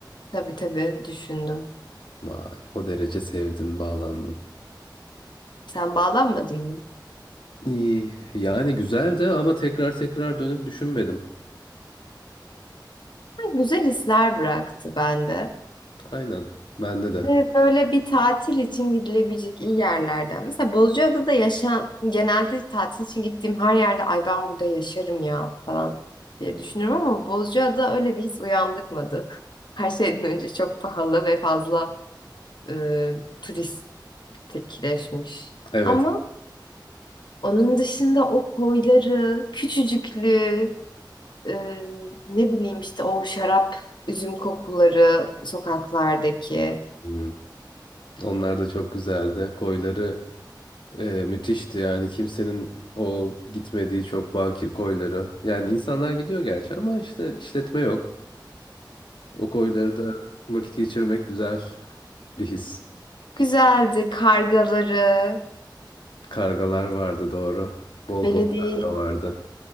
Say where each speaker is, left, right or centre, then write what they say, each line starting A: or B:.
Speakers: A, on the left; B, on the left.
A: Tabii tabii düşündüm.
B: Vay, o derece sevdin, bağlandın.
A: Sen bağlanmadın mı?
B: İyi, yani güzeldi ama tekrar tekrar dönüp düşünmedim.
A: Ha, güzel hisler bıraktı bende.
B: Aynen, bende
A: Ve
B: de.
A: böyle bir tatil için gidilebilecek iyi yerlerden. Mesela Bozcaada'da yaşayan, genelde tatil için gittiğim her yerde ay ben burada yaşarım ya falan diye düşünüyorum ama Bozcaada öyle bir his uyandırmadı. <laughs> Her şeyden önce çok pahalı ve fazla e, turistikleşmiş.
B: Evet,
A: Ama onun dışında o koyları, küçücüklüğü, e, ne bileyim işte o şarap, üzüm kokuları sokaklardaki.
B: hmm, onlar da çok güzeldi. Koyları e, müthişti yani kimsenin o gitmediği çok bakir koyları. Yani insanlar gidiyor gerçi ama işte işletme yok. O koylarda vakit geçirmek güzel bir his.
A: Güzeldi. Kargaları,
B: Kargalar vardı doğru. Bol
A: belediye
B: bol karga vardı.